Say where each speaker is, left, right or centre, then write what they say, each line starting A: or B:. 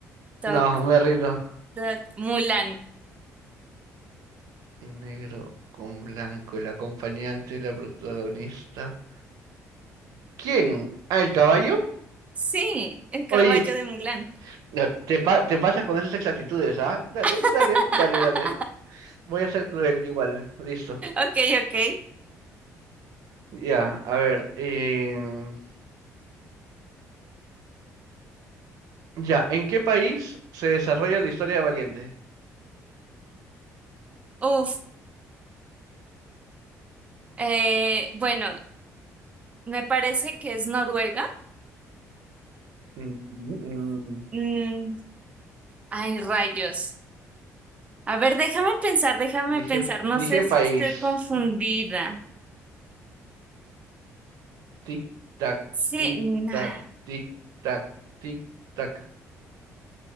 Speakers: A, on the right; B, on the right.
A: toc,
B: No, me rindo.
A: toc. Mulan.
B: Negro con blanco, el acompañante, la protagonista. ¿Quién? ¿Ah, el caballo?
A: Sí, el caballo
B: Oye,
A: de Mulan.
B: no, te, pa- te pasas con esas exactitudes, ¿ah? Dale,
A: <laughs>
B: dale, dale, dale. Voy a ser cruel igual. Listo.
A: Ok, ok.
B: Ya, a ver. em, Ya, ¿en qué país se desarrolla la historia de Valiente?
A: Uf, eh, bueno, me parece que es Noruega.
B: Mm, mm,
A: Mm, ay, rayos. A ver, déjame pensar, déjame
B: Dije,
A: pensar.
B: dije
A: No sé si
B: país.
A: estoy confundida.
B: Tic tac,
A: Sí,
B: tic
A: na-
B: tac, tic tac, tic tac.